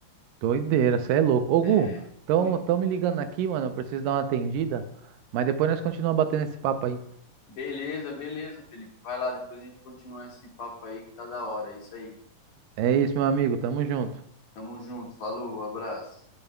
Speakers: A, on the right (about 80°); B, on the left (about 60°).
A: Doideira, você é louco. Ô, Gu,
B: É.
A: tão,
B: Foi.
A: tão me ligando aqui, mano. Eu preciso dar uma atendida. Mas depois nós continuamos batendo esse papo aí.
B: Beleza, beleza, Felipe. Vai lá, depois a gente continua esse papo aí que tá da hora. É isso aí.
A: É isso, meu amigo. Tamo junto.
B: Tamo junto. Falou, abraço.